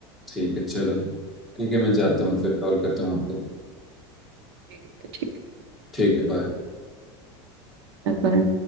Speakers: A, in the centre; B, on the right.
A: ठीक है चलो ठीक है मैं जाता हूँ फिर कॉल करता हूँ आपको
B: ठीक है ठीक
A: ठीक है बाय
B: है, bye-bye।